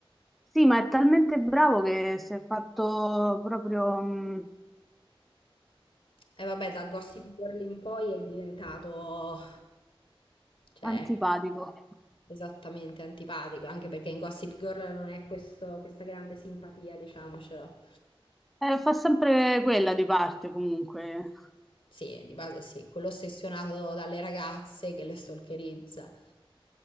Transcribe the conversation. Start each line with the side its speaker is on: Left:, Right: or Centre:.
Centre: Sì, ma è talmente bravo che si è fatto proprio mh,
Left: E vabbè, da Gossip Girl in poi è diventato, cioè,
Centre: antipatico.
Left: esattamente antipatico, anche perché in Gossip Girl non è questo- questa grande simpatia, diciamocelo.
Centre: Eh, fa sempre quella di parte comunque,
Left: Sì, di base sì, quello ossessionato dalle ragazze che le stalkerizza.